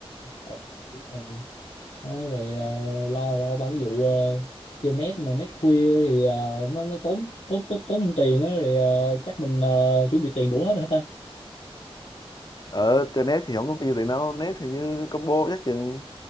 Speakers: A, on the left; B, on the left.
A: Ờ, đúng rồi. Đó, rồi ờ, lo lo ba cái vụ ờ, chơi net nè net khuya thì ờ, nó nó tốn tốn tốn tốn thêm tiền á rồi ờ, chắc mình ờ, chuẩn bị tiền đủ hết hả ta
B: ở trên net thì không có nhiêu tiền đâu net thì như combo chắc chừng